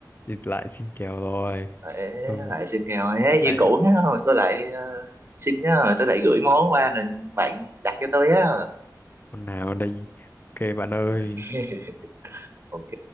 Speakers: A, on the left; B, on the right.
A: thì lại xin kèo rồi
B: Ờ, Ê,
A: ừ
B: lại xin nghèo ấy, như
A: lại
B: cũ á rồi tôi lại ờ, xin nhá rồi tôi lại gửi món qua nên bạn đặt cho tôi á
A: con nào đây ok bạn ơi
B: <laughs> ok